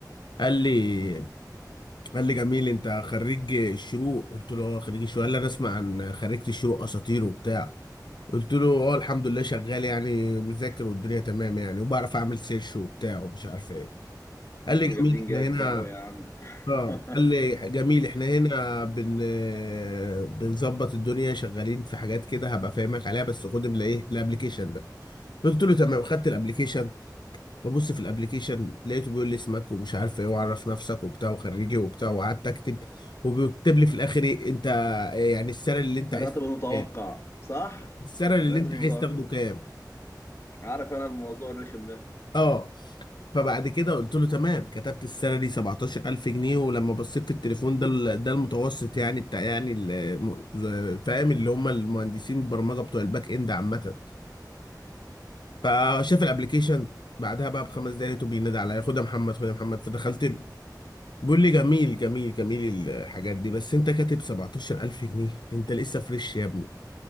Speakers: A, on the left; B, on the left.
A: قال لي قال لي جميل انت خريج الشروق قلت له اه خريج الشروق قال لي انا اسمع عن خريجة الشروق اساطير وبتاع قلت له اه الحمد لله شغال يعني مذاكر والدنيا تمام يعني وبعرف اعمل سيرش وبتاع ومش عارف ايه قال
B: ده انتوا
A: لي جميل
B: جامدين
A: احنا
B: جامد
A: هنا
B: بقى أوي يا عم <laughs>
A: اه قال لي جميل احنا هنا بن آه، بنظبط الدنيا شغالين في حاجات كده هبقى فاهمك عليها بس خد من ايه الابلكيشن ده قلت له تمام خدت الابلكيشن ببص في الابليكيشن لقيته بيقول لي اسمك ومش عارف ايه وعرف نفسك وبتاع وخريجي وبتاع وقعدت اكتب وبيكتب لي في الاخر ايه انت يعني السعر اللي انت
B: الراتب
A: عايز تاخده
B: المتوقع
A: كام
B: صح
A: السعر اللي
B: الراتب
A: انت
B: المتوقع
A: عايز تاخده كام
B: عارف انا الموضوع الرخم ده
A: اه فبعد كده قلت له تمام كتبت السالري 17000 جنيه ولما بصيت في التليفون ده ال- ده المتوسط يعني بتاع يعني ال- فاهم اللي هم المهندسين البرمجه بتوع الباك اند عامه فشاف الابليكيشن بعدها بقى بخمس دقايق لقيته بينادي عليا خد يا محمد خد يا محمد فدخلت له بيقول لي جميل جميل جميل الحاجات دي بس انت كاتب 17000 جنيه انت لسه فريش يا ابني